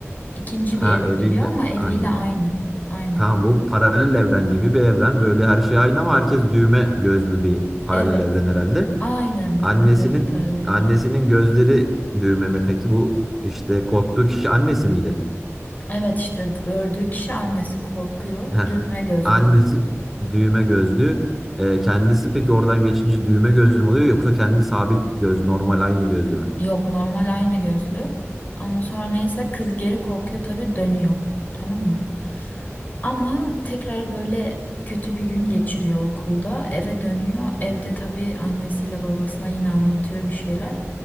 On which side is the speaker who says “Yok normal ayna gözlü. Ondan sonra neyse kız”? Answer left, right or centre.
Left